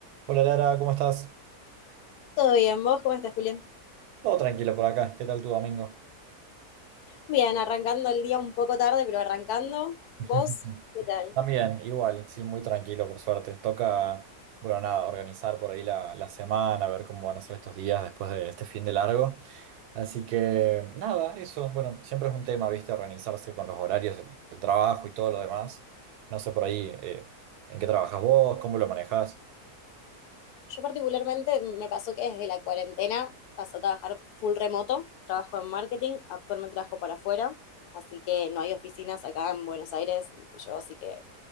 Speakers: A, on the right; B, on the left.
A: Hola Lara, ¿cómo estás?
B: Todo bien, ¿vos cómo estás, Julián?
A: Todo tranquilo por acá, ¿qué tal tu domingo?
B: Bien, arrancando el día un poco tarde, pero arrancando.
A: <laughs>
B: ¿Vos qué tal?
A: También, igual, sí, muy tranquilo por suerte. Toca, bueno, nada, organizar por ahí la, la semana, ver cómo van a ser estos días después de este fin de largo. Así que, nada, eso, bueno, siempre es un tema, viste, organizarse con los horarios del, del trabajo y todo lo demás. No sé por ahí, eh, ¿en qué trabajas vos? ¿Cómo lo manejás?
B: Yo particularmente me pasó que desde la cuarentena pasé a trabajar full remoto, trabajo en marketing, actualmente trabajo para afuera, así que no hay oficinas acá en Buenos Aires, donde estoy yo, así que